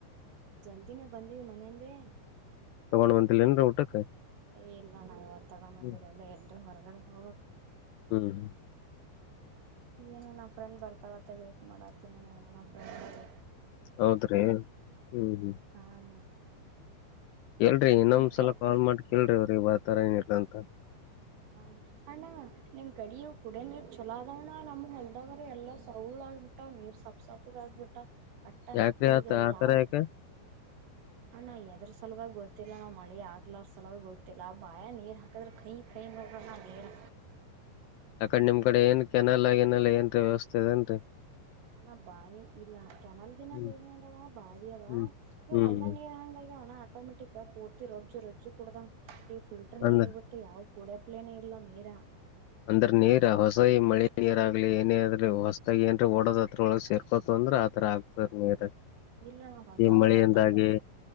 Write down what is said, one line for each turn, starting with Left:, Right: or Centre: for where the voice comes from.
Right: ಜಲ್ದಿನೇ ಬಂದೀವಿ ಮನೆಯಂದೆ
Left: ತಗೊಂಡು ಬಂದಿಲ್ಲೇನ್ರ ಊಟಕ್ಕೆ
Right: ಇಲ್ಲಣ ಇವತ್ತು ತಗೊ ಬಂದಿಲ್ಲ
Left: ಹ್ಮ್
Right: ಇನ್ ಎಂಟ್ ಹೊರಗಡೆ ಹೋಗ್
Left: ಹ್ಮ್
Right: ಏನು ನಾವ ಫ್ರೆಂಡ್ ಬರ್ತಾವತ್ತ ವೇಟ್ ಮಾಡಕತೀನಿ ಅಣ್ಣ ಇನ ಬರಲೇ
Left: ಹೌದ್ರಿ ಹ್ಮ್ ಹ್ಮ್
Right: ಹಾ ಅಣ್ಣ
Left: ಎಲ್ರಿ ಇನ್ನೊಂದ್ಸಲ
Right: ಮತ್ತ
Left: ಕಾಲ್ ಮಾಡಿ ಕೇಳರಿ ಅವ್ರಿಗೆ ಬರ್ತರ ಏನಿಲ್ಲ ಅಂತ ತ
Right: ಹ ಅಣ್ಣ ನಿಮ್ ಕಡಿಯು ಕುಡೇ ನೀರ್ ಚಲೋ ಆದವ್ಣ ನಮ್ಗ್ ಹೊಲ್ದಾಗರು ಎಲ್ಲ ಸೌಳ್ ಆಗಬಿಟ್ಟವ ನೀರ್ ಸೊಪ್ ಸಪ್ಪಗ ಆಗ್ಬಿಟ್ಟ ಅಟ್ಟ
Left: ಯಾಕ್ರಿ
Right: ಈಗ
Left: ಆತ ಆತರ
Right: ಯಾವ
Left: ಯಾಕ
Right: ಅಣ್ಣ ಎದ್ರೂ ಸಲವಾಗಿ ಗೊ ಗ ನಾ ಮಳಿ ಆಗ್ಲಾರ ಸಲವೇ ಗೊತ್ತಿಲ್ಲ ಆ ಬಾಯಗ್ ನೀರ್ ಹಾಕಿದ್ರೆ ಕಯಿ ಅತ್ತಾತಾವ್ ಕ ಬಾಲರ
Left: ಕಡೆ ನಿಮ್ ಕಡೆ ಏನ್ ಕೆನಲ್ ಗಿನಲ್ಲ ಏನ್ ರೀ ವ್ಯವಸ್ಥೆ ಅದ ಏನ್ರಿ
Right: ಅಣ್ಣ ಬಾವಿ ಇಲ್ಲ ಕೆನಾಲ್ಗಿನಲ್ಲಿ
Left: ಹ್ಮ್
Right: ಏ ನೋಡವ ಬಾವಿ ಅವ
Left: ಹ್ಮ್
Right: ಈವ
Left: ಹ್ಮ್
Right: ಒಂದ
Left: ಹ್ಮ್
Right: ನೀರ್ ಹಂಗ ಆಗ್ಯಾವಣ್ಣ ಆಟೋಮೆಟಿಕ್ ಪೂರ್ತಿ ರೊಜ್ಜು ರಜ್ಜುೂ ಕುಡದಂ ಇ್ ಫಿಲ್ಟರ್
Left: ಅಂದ್ರ
Right: ನೀರ್ ಬಿಟ್ಟು ಯಾವ ಕುಡಪ್ಲೇನೆ ಇಲ್ಲ ನೀರ
Left: ಅಂದ್ರ ನೀರ ಹೊಸ ಈ ಮಳಿ ನೀರ್ ಆಗ್ಲಿ ಏನೇ ಅ ಆದ್ರ ಹೊಸದಾಗ ಏನ್ ಓಡೋದ ಒಳಗ್ ಸೇರ್ಕೋತ ಅಂದ್ರ ಆತರ ಆಗ್ತದ ನೀರ್
Right: ಇಲ್ಲ ಹೊಲ್ದಂದ
Left: ಈ ಮಳಿಯಿಂದಾಗಿ
Right: ಹೊಲ್ದಾಗ